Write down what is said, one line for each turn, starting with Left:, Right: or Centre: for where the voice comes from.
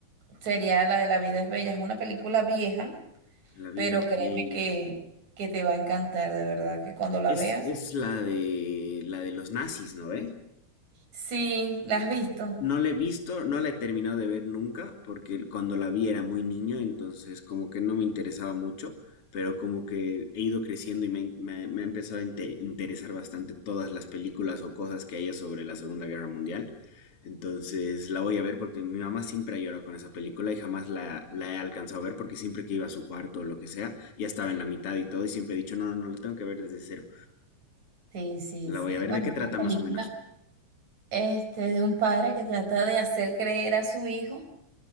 Right: sería la de La vida es bella. Es una película vieja,
Left: la vida
Right: pero
Left: es
Right: créeme
Left: bella.
Right: que, que te va a encantar, de verdad, que cuando la
Left: Es,
Right: veas.
Left: es la de, la de los nazis, ¿no ve?
Right: Sí, ¿la has visto?
Left: No la he visto, no la he terminado de ver nunca, porque cuando la vi era muy niño, entonces como que no me interesaba mucho, pero como que he ido creciendo y me, ha- me ha me ha empezado a inte- interesar bastante todas las películas o cosas que haya sobre la Segunda Guerra Mundial. Entonces la voy a ver porque mi mamá siempre ha llorado con esa película y jamás la, la he alcanzado a ver porque siempre que iba a su cuarto o lo que sea, ya estaba en la mitad y todo y siempre he dicho, no, no, no, la tengo que ver desde cero.
Right: Sí, sí,
Left: La
Right: sí.
Left: voy a ver,
Right: Bueno,
Left: ¿de qué
Right: es
Left: trata
Right: una película
Left: más o menos?
Right: este, de un padre que trata de hacer creer a su hijo